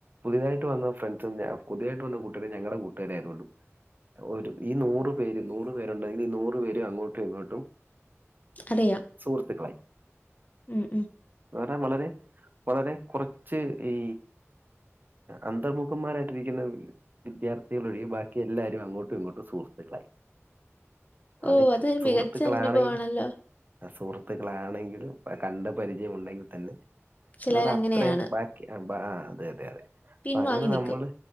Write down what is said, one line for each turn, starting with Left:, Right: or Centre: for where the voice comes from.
Right: പുതിയതായിട്ട് വന്ന ഫ്രണ്ട്സും പുയതായിട്ട് വന്ന കൂട്ടുകാരർ ഞങ്ങളുടെ കൂട്ടുകാര ആയതുകൊണ്ടും ഒരു ഈ നൂറ പേര് നൂർ പേരുണ്ടെങ്കിൽ ഈ നൂർ പേര് അങ്ങോട്ടും ഇങ്ങോട്ടും
Left: അറിയാം
Right: സുഹൃത്തുക്കളായി
Left: ഉം ഉം
Right: വേറെ വളരെ വളരെ കുറച്ച് ഈ അന്തർമുഖന്മാരായിട്ടിരിക്കുന്ന വിദ്യാർത്ഥ കൊഴികെ ബാക്കി എല്ലരും അങ്ങോട്ടും ഇങ്ങോട്ടും സുഹത്തുക്കളായി അവര്
Left: ഓ അതൊരു
Right: സുഹൃത്തുക്കളാണെങ്കിൽ
Left: മികച്ച അനുഭവമാണല്ലോ
Right: സുഹൃത്തുക്കളാണെങ്കിലും കണ്ട പരിചയം ഉണ്ടെങ്കിൽ തന്നെ
Left: ചിലർ
Right: എന്ന് പറഞ്ഞ
Left: അങ്ങനെയാണ്
Right: അത്രയും ബാക്കി അതെ അതെ അതെ
Left: പിൻവാങ്ങി
Right: അപ്പൊ അങ്ങനെ
Left: നിൽക്കും
Right: നമ്മള്